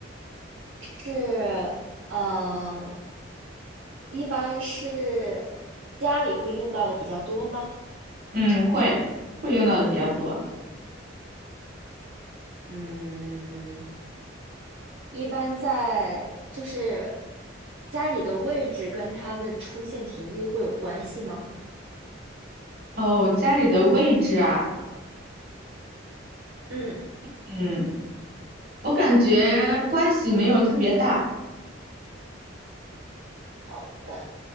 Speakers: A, on the right; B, on the right.
A: 是呃，一般是家里会用到的比较多吗？
B: 嗯，会会用到的比较多。
A: 嗯，一般在就是家里的位置跟它的出现频率会有关系吗？
B: 哦，家里的位置啊，
A: 嗯，
B: 嗯，我感觉关系没有特别大。
A: 好的。